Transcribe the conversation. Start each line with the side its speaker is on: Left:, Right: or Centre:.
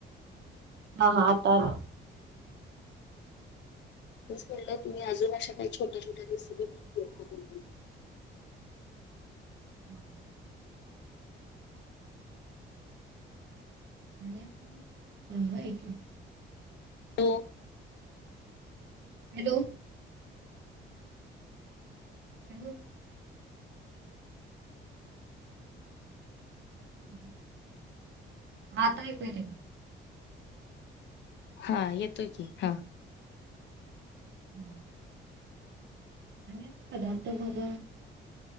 Right: हा हा आत्ता आला.
Left: तेच म्हंटल तुम्ही अजून अशा काही छोट्या छोट्या रेसिपी माहितेय का तुम्हाला
Right: हम थांब हा एक मिनिट
Left: हो
Right: हॅलो हॅलो <unintelligible> ह आता येतोय दीदी
Left: हा येतोय की हा
Right: हम्म आणि असं पदार्थ बघ